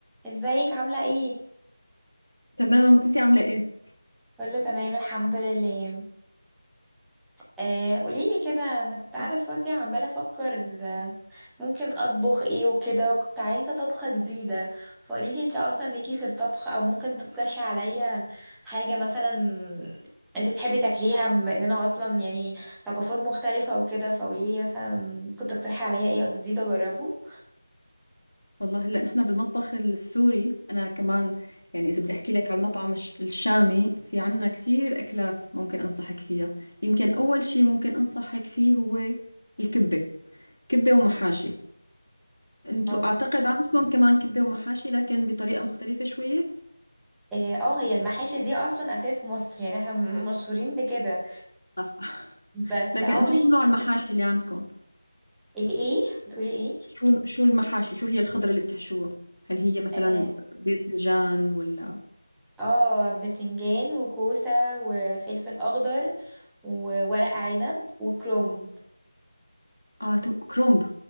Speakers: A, in the centre; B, on the left.
A: ازيك عاملة ايه؟
B: تمام انت عامله ايه
A: كله تمام الحمد لله آه قوليلي كده انا كنت قاعدة فاضية وعمالة افكر آه ممكن اطبخ ايه وكده وكنت عايزة طبخة جديدة فقوليلي انت اصلا ليكي في الطبخ او ممكن تقترحي عليا حاجة مثلا انت بتحبي تاكليها بما اننا اصلا يعني ثقافات مختلفة وكده فقوليلي مثلا ممكن تقترحي عليا ايه جديد اجربه
B: والله هلا نحن بالمطبخ السوري انا كمان يعني اذا بدي احكي لك على المطعم الش- الشامي في عنا كثير اكلات ممكن انصحك فيها يمكن اول شيء ممكن انصحك فيه هو الكبه كبه ومحاشي انتوا
A: اه
B: اعتقد عندكم كمان كبه ومحاشي لكن بطريقه مختلفه شويه
A: اه هي المحاشي دي اصلا اساس مصر يعني احنا مشهورين بكده
B: صح
A: بس
B: لكن
A: عمري
B: انتوا شو نوع المحاشي اللي عندكم
A: ايه ايه بتقولي ايه
B: شو شو المحاشي شو هي الخضره اللي بتحشوها هل هي مثلا
A: آه،
B: باذنجان ولا
A: اه بتنجان وكوسة وفلفل اخضر وورق عنب وكروم
B: اه تم- كرومب